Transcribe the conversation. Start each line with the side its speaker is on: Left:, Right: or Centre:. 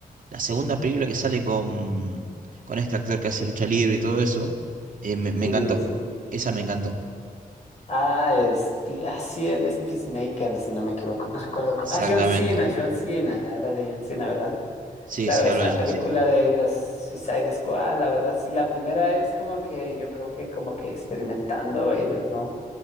Right: la segunda película que sale con, con este actor que hace lucha libre y todo eso, eh, me me
Left: Sí,
Right: encantó,
Left: sí.
Right: esa me encantó,
Left: Ah, es, Pi- ah, sí, él es Peacemaker, si no me equivoco, no recuerdo. cu-
Right: exactamente.
Left: Ah, John Cena, John Cena, hablas de John Cena, ¿verdad?
Right: Sí,
Left: Claro,
Right: sí,
Left: esta
Right: hablo de
Left: película
Right: John Cena.
Left: de los Suicide Squad, la verdad, sí, la primera es como que yo creo que como que experimentando ellos, ¿no?